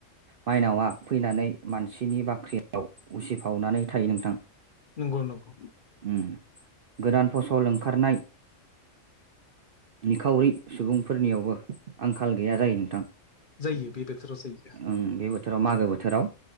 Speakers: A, on the right; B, on the left.
A: माइनावआ फैनानै मानसिनि बाख्रियाव उसिफावनानै थायो नोंथां।
B: नंगौ नंगौ
A: उम। गोदान फसल ओं खारनाय निखावरि सुबुंफोरनियावबो आंखाल गैया जायो नो
B: जायो बे बोथोराव जायो थां
A: ओं बे बोथोराव मागो बोथोराव